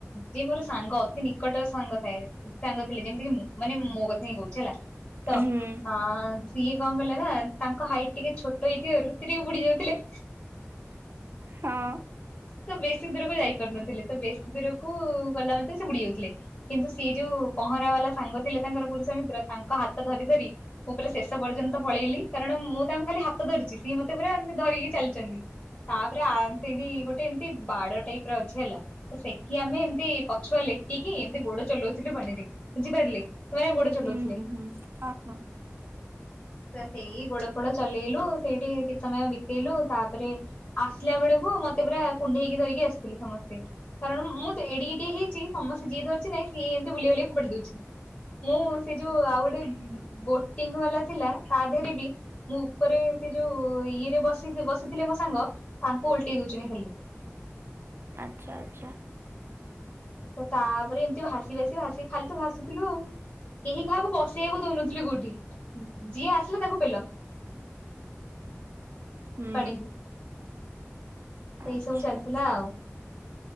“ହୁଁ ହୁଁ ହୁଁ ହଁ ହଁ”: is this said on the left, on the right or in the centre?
Right